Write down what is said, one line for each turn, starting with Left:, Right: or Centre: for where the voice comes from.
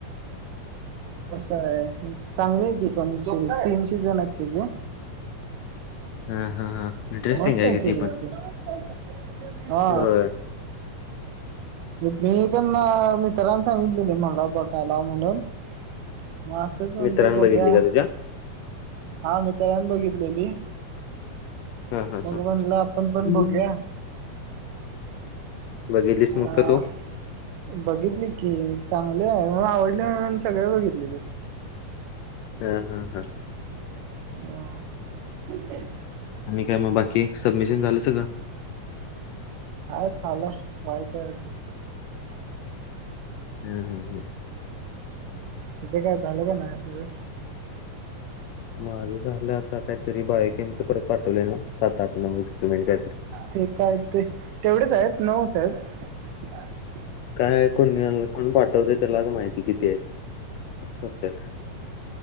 Right: असं आहे चांगली आहे ती प तीन शिजन आहेत. तचीे
Left: हा, हा, हा, इंटरेस्टिंग
Right: मस्त आहे
Left: की
Right: शरीफ
Left: ती पण.
Right: त हा,
Left: होय
Right: मी पण मित्रांने सांगितलेले मला बघायला म्हणून, मग असंच म्हटलं
Left: मित्रांन
Right: बघ्या,
Left: बघितली का तुझ्या?
Right: हा मीत्रान बघितलेली,
Left: हा, हा,
Right: मग
Left: हा,
Right: म्हणलं आपण पण
Left: <unintelligible>
Right: बघूया
Left: बघेलीस
Right: अ
Left: मग का तू,
Right: बघितली की चांगले आहे, मग आवडले मून सगळे बघितले की,
Left: हा हा हा
Right: ह
Left: आणि काय मग बाकी सबमिशन झालं सगळं
Right: हायं चालू हाय व्हायचय अजून
Left: हम हा हम
Right: तुझं काय झालं का नाही तुझ
Left: माझं झालं आता काहीतरी बायकेमचं परत पाठवलंय न्हवं सात आठ नऊ एक्सपिरिमेंट काहीतरी
Right: ते काय ते तेवढेच आहेत नऊच आहेत
Left: काय कोणी कोण पाठवतयं त्यालाचं माहिती किती आहेत <inaudible>